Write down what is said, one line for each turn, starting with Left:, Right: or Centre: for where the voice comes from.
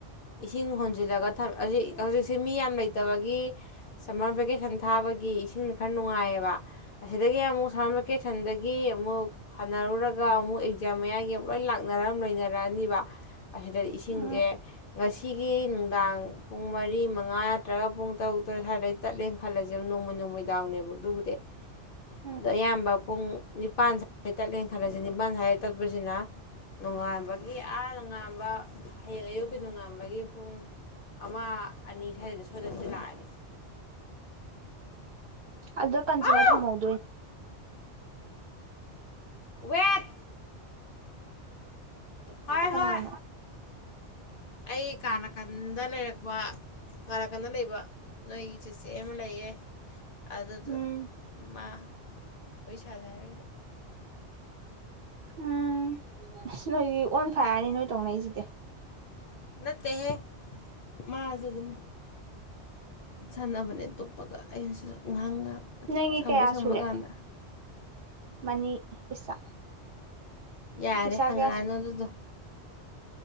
Left: ꯏꯁꯤꯡ ꯍꯣꯟꯖꯤꯜꯂꯒ ꯍꯧꯖꯤꯛ ꯍꯧꯖꯤꯛꯁꯦ ꯃꯤ ꯌꯥꯝ ꯂꯩꯇꯕꯒꯤ ꯁꯝꯃꯔ ꯚꯦꯀꯦꯁꯟ ꯊꯥꯕꯒꯤ ꯏꯁꯤꯡ ꯈꯔ ꯅꯨꯡꯉꯥꯏꯌꯦꯕ ꯑꯁꯤꯗꯒꯤ ꯑꯃꯨꯛ ꯁꯥꯔꯃꯥꯔꯕꯦꯀꯦꯁꯟꯗꯒꯤ ꯑꯃꯨꯛ ꯍꯥꯟꯅꯔꯨꯔꯒ ꯑꯃꯨꯛ ꯑꯦꯛꯖꯥꯝ ꯃꯌꯥꯒꯤ ꯂꯣꯏ ꯂꯥꯛꯅꯔ ꯂꯣꯏꯅꯔꯛꯑꯅꯤꯕ ꯑꯁꯤꯗ ꯏꯁꯤꯡꯁꯦ
Right: ꯎꯝ
Left: ꯉꯁꯤꯒꯤ ꯅꯨꯡꯗꯥꯡ ꯄꯨꯡ ꯃꯔꯤ ꯃꯉꯥ ꯅꯠꯇ꯭ꯔꯒ ꯄꯨꯡ ꯇꯔꯨꯛ ꯇꯔꯦꯠ ꯁ꯭ꯋꯥꯗꯩ ꯇꯠꯂꯦꯅ ꯈꯜꯂꯁꯕ ꯅꯣꯡꯃꯩ ꯅꯣꯡꯃꯩ ꯗꯥꯎꯅꯦꯕ ꯑꯗꯨꯕꯨꯗꯤ
Right: ꯎ
Left: ꯑꯗꯣ ꯑꯌꯥꯝꯕ ꯄꯨꯡ ꯅꯤꯄꯥꯟ ꯁ꯭ꯋꯥꯏ ꯇꯠꯂꯦꯅ ꯈꯜꯂꯁꯤ ꯅꯤꯄꯥꯥꯟ ꯁ꯭ꯋꯥꯏ ꯇꯠꯄꯁꯤꯅ ꯅꯣꯡꯉꯥꯟꯕꯒꯤ ꯑꯥ ꯅꯣꯡꯉꯥꯟꯕ ꯍꯌꯦꯡ ꯑꯌꯨꯛꯀꯤ ꯅꯣꯡꯉꯥꯟꯕꯒꯤ ꯄꯨꯡ ꯑꯃ ꯑꯅꯤ ꯁ꯭ꯋꯥꯏꯗꯒ ꯁꯣꯏꯗꯅꯀꯤ ꯂꯥꯛꯑꯅꯤ
Right: ꯑꯗ ꯀꯟꯁꯤꯂ
Left: ꯍꯥꯎ
Right: ꯊꯝꯃꯧꯗꯣꯏ
Left: ꯋꯦꯠ ꯍꯣꯏ
Right: ꯀꯅꯥꯅꯣ
Left: ꯍꯣꯏ ꯑꯩ ꯀꯥ ꯅꯥꯀꯟꯗ ꯂꯩꯔꯛꯄ ꯀꯅꯥ ꯀꯥꯟꯗ ꯂꯩꯕ ꯅꯣꯏꯒꯤ ꯆꯤꯆꯦ ꯑꯃ ꯂꯩꯌꯦ ꯑꯗꯨꯗ
Right: ꯎꯝ
Left: ꯃꯥ ꯄꯩꯁꯥꯥ ꯆꯔꯛꯏ
Right: ꯎꯝ ꯑꯁ ꯅꯣꯏꯒꯤ ꯑꯣꯟ ꯐꯥꯏꯌꯥꯔꯅꯤ ꯅꯣꯏ ꯇꯧꯅꯩꯁꯤꯗꯤ
Left: ꯅꯠꯇꯦꯍꯦ ꯃꯥ ꯁꯨ ꯑꯗꯨꯝ ꯁꯥꯟꯅꯕꯅꯦ ꯇꯨꯞꯞꯄꯒ ꯑꯩꯩꯅꯁꯨ ꯉꯥꯏꯍꯥꯛ ꯉꯥꯏꯍꯥꯛ
Right: ꯅꯪꯒꯤ
Left: ꯁꯪꯕ
Right: ꯀꯌꯥ
Left: ꯁꯪꯕ
Right: ꯁꯨꯔꯦ
Left: ꯀꯥꯟꯗ
Right: ꯃꯅꯤ ꯄꯩꯁꯥ
Left: ꯌꯥꯔꯦ
Right: ꯄꯩꯁꯥ
Left: ꯍꯪꯉꯛꯑꯅꯨ
Right: ꯀꯌꯥ ꯁꯨꯔꯦ
Left: ꯑꯗꯨꯗꯣ